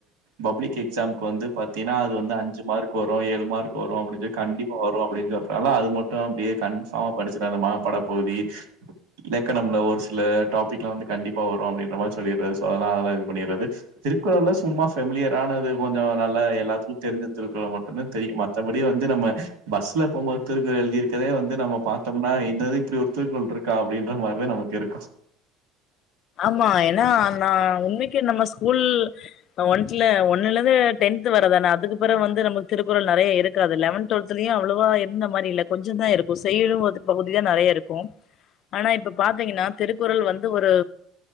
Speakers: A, on the right (about 90°); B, on the left (about 50°).
A: பப்ளிக் எக்ஸாம்கு வந்து பாத்தீனா அது வந்து அஞ்சு மார்க் வரு ஏழு மார்க் வரு அப்டின் சொல்லி கண்டிப்பா வரு அப்டின்னு சொல் நாள அது மட்டு அப்டியே கன்ஃபாமா படிச்சுருவே அந்த மனப்பாடப்பகுதி இலக்கணம்ல ஒரு சில டாபிக்லா வந்து கண்டிப்பா வரு அப்டின்ற மாரி சொல்லிடுறது சோ அதெல்லா இது பண்ணிறது திருக்குறல்ல சும்மா ஃபெமிலியரானது கொஞ்சோ நல்லா எல்லாத்துக்கு தெரிஞ்ச திருக்குறள மட்டு தா தெரியு மத் த்தபடி வந்து நம்ம பஸ்ல போம்போது திருக்குறள் எழுதி இருக்கதே வந்து நம்ம பாத்தம்னா என்னது இப்டி ஒருத்திருக்குறள் இருக்கா அப்டின்ற மாரி தா நமக்கு இருக்கு
B: ஆமா ஏன்னா நா உண்மைக்கு நம்ம ஸ்கூல் ஒன்த்ல ஒன்னுலருந்து டென்த் வரதானே அதுக்கு பிற வந்து நமக்கு திருக்குறள் நெறைய இருக்காது லெவன்த் லத்துலயு அவ்ளவா இருந்த மாரி இல்ல கொஞ்ச தா இருக்கு செய்யுள் பகுதி தா நெறைய இருக்கு ஆனா இப்ப பாத்தீங்கன்னா திருக்குறள் வந்து ஒரு